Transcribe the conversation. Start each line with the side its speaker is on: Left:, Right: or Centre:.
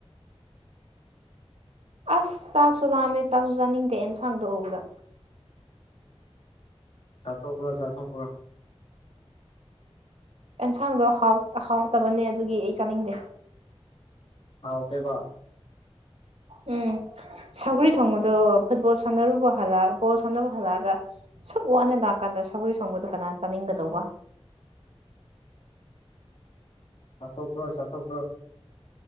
Right: ꯑꯁ ꯆꯥꯛꯁꯨ ꯂꯥꯝꯃꯦ ꯆꯥꯛꯁꯨ ꯆꯥꯅꯤꯡꯗꯦ ꯑꯦꯟꯁꯥꯡꯗꯣꯛ ꯎꯕꯗ
Left: ꯆꯥꯊ ꯄꯨꯔꯣ ꯆꯊ ꯀ
Right: ꯑꯦꯟꯁꯥꯡꯗꯣ ꯍꯥꯎꯇꯕꯅꯦ ꯑꯗꯨꯒꯤ ꯑꯩ ꯆꯥꯅꯤꯡꯗꯦ
Left: ꯍꯥꯎ ꯇꯕ
Right: ꯎꯝ ꯁꯒꯔꯤ ꯊꯣꯡꯕꯗꯣ ꯐꯨꯠꯕꯣꯜ ꯁꯥꯟꯅꯔꯨꯕ ꯍꯜꯂ ꯕꯣꯜ ꯁꯥꯟꯅꯕ ꯍꯜꯂꯛꯑꯒ ꯁꯨꯛ ꯋꯥꯅ ꯂꯥꯛꯀꯥꯟꯗ ꯁꯒꯔꯤ ꯁꯪꯕꯗꯨꯣ ꯀꯅꯥ ꯆꯥꯅꯤꯡꯒꯗꯧꯕ
Left: ꯆꯥꯊꯣꯛꯈ꯭ꯔꯣ ꯆꯠꯊꯣꯛꯈ꯭ꯔꯣ